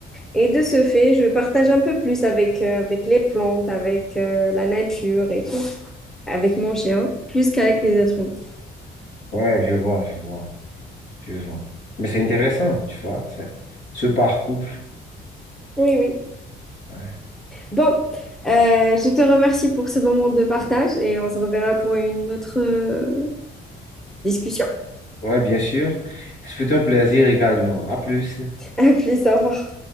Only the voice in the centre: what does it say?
Et de ce fait, je partage un peu plus avec, euh, avec les plantes, avec euh, la nature et tout, avec mon chien, plus qu'avec les êtres humains.
Oui, oui.
Bon, euh, je te remercie pour ce moment de partage et on se reverra pour une autre euh, discussion.
<laughs> À plus, au revoir.